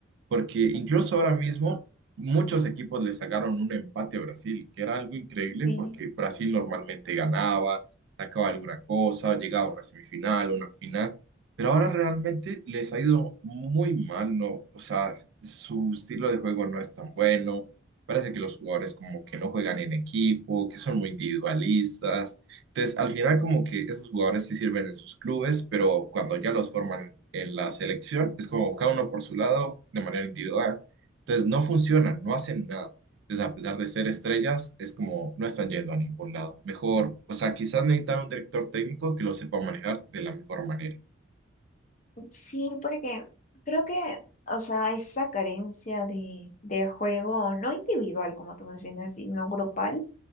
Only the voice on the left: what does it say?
Sí.
Sí, porque creo que, o sea, esa carencia de, de juego, no individual, como tú mencionas, sino grupal